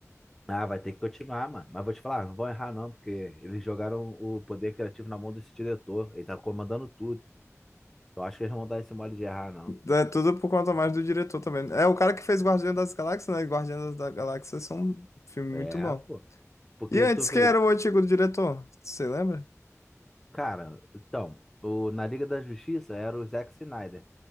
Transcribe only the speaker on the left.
É tudo por conta mais do diretor também. É o cara que fez Guardião das Galáxias, né? Guardião das Galáxias são um filme muito
bom.
E antes,
quem era o antigo diretor? Você lembra?